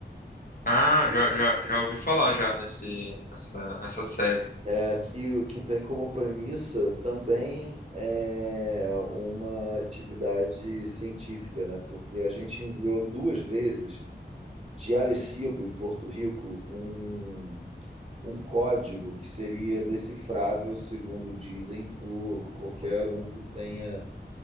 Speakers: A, on the left; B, on the right.
A: Ah, já, já, já ouvi falar já nesse, nessa, nessa série.
B: é, que, que tem como premissa também é, uma atividade científica, né? Porque a gente enviou duas vezes de Arecibo, em Porto Rico, um, um código que seria decifrável, segundo dizem, por qualquer um que tenha